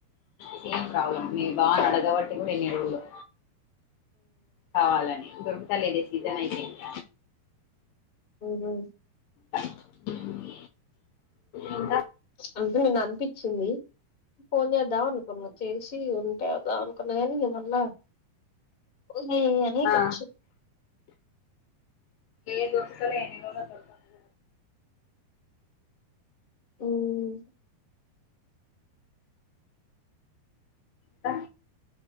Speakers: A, on the left; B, on the left.
A: సేమ్ ప్రాబ్లమ్ మీ బావనడగబట్టి కూడ ఎన్ని రోజుల్ కావాలనే దొరుకుతలేదే సీజన్ అయిపోయింది
B: హుహు
A: హ్మ్ ఇంకా
B: అందుకే నిన్నపించింది ఫోన్ చేద్ధం అనుకున్నా చేసి ఉంటే వద్దవానుకున్న గాని ఇగా మళ్ళా హే అని ఇటోచ్చు
A: ఆ ఏ దొర్కుతలే ఎన్ని రోలో దొరకాక
B: హ్మ్
A: ద